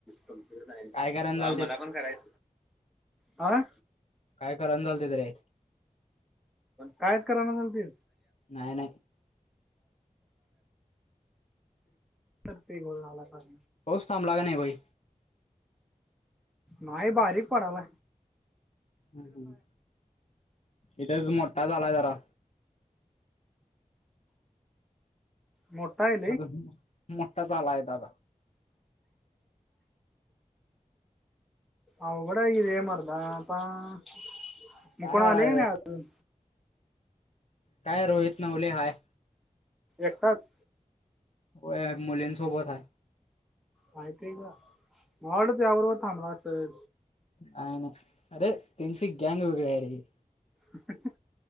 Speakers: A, in the centre; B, on the left.
A: कम्प्युटर सायन्स,
B: काय करायला
A: हा..
B: चालतेत
A: मला पण करायच.. हा
B: काय करायला लावतात रे
A: कायच करा ना झालती.
B: नाही नाही
A: तक्ते गोल लावला का?
B: पाऊस थांबला का नाही बई
A: नाही बारीक पडायल.
B: ह्.. ह.. इथेच मोठा झालाय जरा
A: मोठा आहेत.
B: अजून मोठा झालाय दादा
A: अवघड आहे की रे मर्दा.. आ.. ता,
B: काय
A: मग कोण
B: करायचं
A: आलय का नाही अजून?
B: काय रोहित नवले हाय.
A: एकटाच
B: होय मुलींसोबत आहे.
A: माहिती आहे का? मला वाटलं तुझ्याबरोबर थांबला असल.
B: काय नाय, अरे.. त्यांची गॅंग वेगळी आहे रे..
A: ह्म्म्म.. ह्म्म्म..